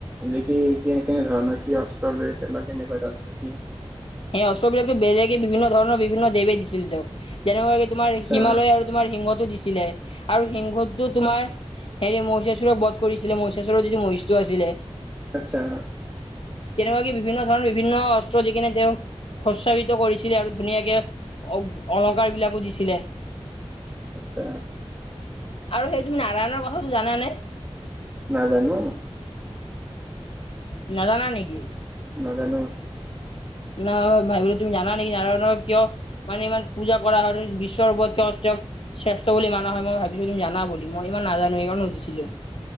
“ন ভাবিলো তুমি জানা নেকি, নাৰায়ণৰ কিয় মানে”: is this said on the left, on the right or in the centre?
Left